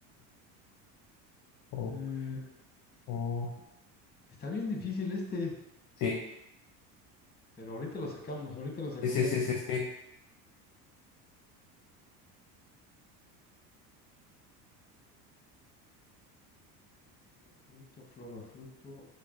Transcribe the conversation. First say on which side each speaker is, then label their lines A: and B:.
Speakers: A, on the left; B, on the left.
A: Oh,
B: Eh,
A: oh.
B: está bien difícil este,
A: Sí,
B: pero ahorita lo sacamos, ahorita nos acordamos.
A: sí, sí, sí, sí. sí.
B: Floro, fruto, floro, fruto.